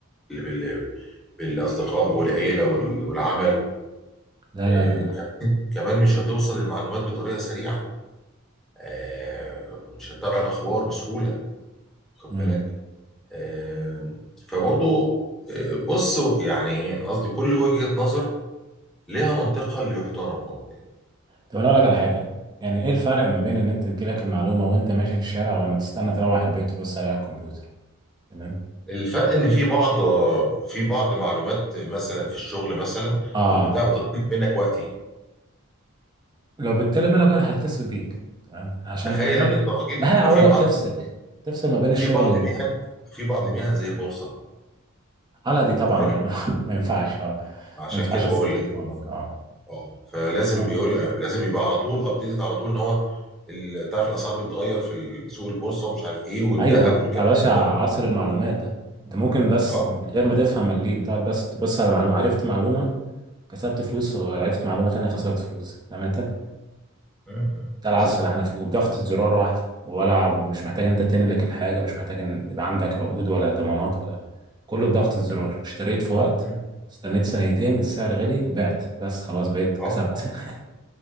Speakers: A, in the centre; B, on the right.
A: بال- بال- بالاصدقاء والعيلة وال- والعمل
B: لا
A: آه،
B: لا لا
A: كمان كمان مش هتوصل للمعلومات بطريقة سريعة آه، مش هتتابع الاخبار بسهولة واخد
B: لا
A: بالك آه، فبرضو آه، بص يعني ايه قصدي كل وجهة نظر لها منطقها اللي يحترم برضه يعني.
B: طب انا اقول لك على حاجه يعني ايه الفرق ما بين ان انت تجيلك المعلومه وانت ماشي في الشارع ولما تستنى تروح البيت تبص عليها على الكمبيوتر تمام
A: الفرق ان في بعض في بعض معلومات مثلا في الشغل مثلا
B: اه
A: او بتاع بتطلب منك وقتي
B: لو بالتالي منك واحد هيتصل بيك تمام عشان
A: تخيل
B: ما ده
A: ان انت راجل
B: <laughs> ده هيعودك
A: في بعض
B: تفصل تفصل ما بين الشغل
A: في بعض
B: وال
A: مهن في بعض
B: آه.
A: مهن زي البورصه
B: على دي طبعا
A: الراجل
B: لا ما, <laughs> ما ينفعش اه
A: عشان
B: ما ينفعش
A: كده
B: تسيب
A: بقول
B: تليفونك
A: لك
B: اه
A: اه فلازم
B: اه
A: بيقول لازم يبقى على طول ابديتد على طول ان هو ال- تعرف الاسعار بتتغير في سوق البورصه ومش عارف ايه والذهب
B: ايوه
A: والكلام
B: ده يا باشا عصر
A: ده
B: المعلومات ده انت ممكن بس
A: اه
B: من غير ما تفهم الليم تقعد بس تبص على معلومه عرفت معلومه كسبت
A: مم.
B: فلوس وعرفت معلومه تانيه خسرت فلوس فاهم انت
A: مم.
B: ده العصر
A: بالظبط
B: اللي احنا فيه وبضغطة زرار واحدة ولا مش محتاج انت تملك الحاجة مش محتاج ان يبقى عندك عقود ولا ضمانات ولا كله بضغطة زرار
A: مم.
B: اشتريت في وقت
A: مم.
B: استنيت سنتين السعر غلي بعت بس خلاص بقيت كسبت
A: اه اه
B: <laughs>